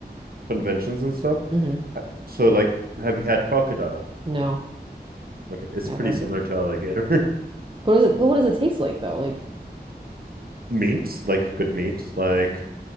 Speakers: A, on the right (about 60°); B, on the right (about 30°).
A: conventions and stuff.
B: hmm
A: So like, have you had crocodile?
B: No,
A: Okay, it's
B: never.
A: pretty similar to alligator.
B: But is it, but what does it taste like though? Like,
A: <laughs> Meat, like good meat, like